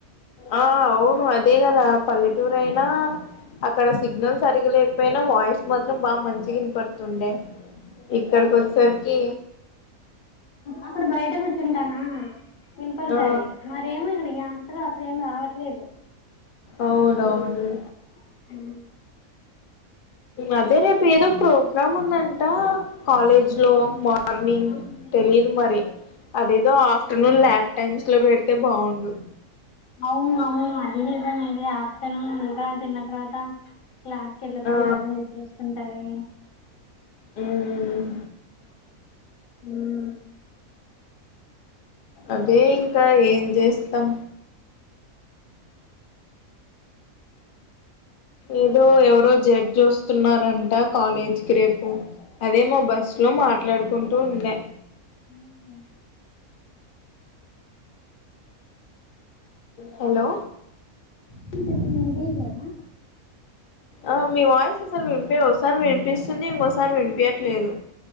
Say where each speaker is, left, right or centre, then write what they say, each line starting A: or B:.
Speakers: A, on the left (about 65°); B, on the left (about 40°).
A: ఆ అవును అదే కదా పల్లెటూరు అయినా అక్కడ సిగ్నల్స్ సరిగలేకపోయినా వాయిస్ మాత్రం బాగా మంచిగా వినపడుతుంది ఉండే ఇక్కడికి
B: అది
A: వచ్చేసరికి
B: అక్కడ బయట కూర్చుంటానా వినపడుతాది
A: ఆ
B: మరేమో ఇక్కడ ఈ ఆస్తలో అసలేమి రావట్లేదు
A: అవునవునులే
B: మ్మ్
A: అదే రేపు ఏదో ప్రోగ్రాం ఉందంట కాలేజ్ లో మార్నింగ్
B: అవునులేండి
A: తెలీదు మరి అదేదో ఆఫ్టర్నూన్ ల్యాబ్ టైమ్స్ లో పెడితే బాగుండు
B: అవును అవును అది నిజమే ఆఫ్టర్నూన్ ఉంట తిన్న తర్వాత క్లాస్ కి వెళ్ళబుద్ధి
A: ఆ
B: కాదు నిద్ర వస్తుంటది
A: మ్మ్
B: మ్మ్
A: అదే ఇంకా ఏం చేస్తాం ఏదో ఎవరో జడ్జ్ వస్తున్నారంట కాలేజ్ కి రేపు అదే మా బస్సు లో మాట్లాడుకుంటూ ఉండే
B: <inaudible>
A: హలో
B: మేం చెప్పింది వినిపియట్లేదా
A: ఆ మీ వాయిస్ ఒకసారి వినిప ఒకసారి వినిపిస్తుంది ఇంకోసారి వినిపీయట్లేదు